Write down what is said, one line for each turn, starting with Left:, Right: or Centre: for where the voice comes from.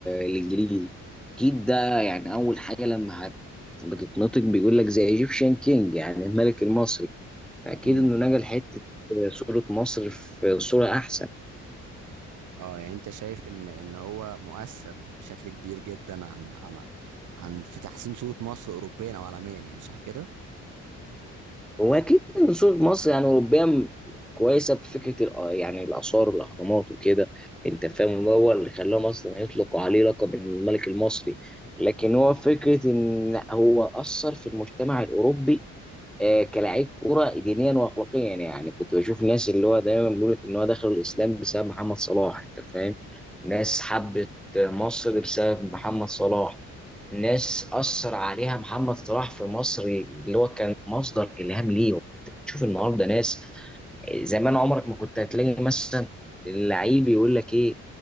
Centre: الانجليزي اكيد ده يعني اول حاجه لما هت- بتتنطق بيقول لك زي ايجيبشن كينج يعني الملك المصري اكيد
Right: امم
Centre: انه نقل حته صوره مصر في صوره احسن
Right: اه يعني انت شايف ان ان هو مؤثر بشكل كبير جدا عن عن عن في تحسين صوره مصر اوروبيا او عالميا يعني صح كده
Centre: هو اكيد ان صوره مصر يعني اوروبيه م- كويسه بفكره الأ- يعني الاثار والاهرامات وكده انت فاهم هو اللي خلاهم اصلا يطلقوا عليه لقب الملك المصري لكن هو فكره ان هو اثر في المجتمع الاوروبي آه، كلاعب كرة دينيا واخلاقيا يعني كنت بشوف ناس اللي هو دايما بيقول لك ان هو دخل الاسلام بسبب محمد صلاح انت فاهم ناس حبت مصر بسبب محمد صلاح الناس اثر عليها محمد صلاح في مصر اللي هو كان مصدر الهام ليهم تشوف النهارده ناس زمان عمرك ما كنت هتلاقي مثلا اللعيب يقول لك ايه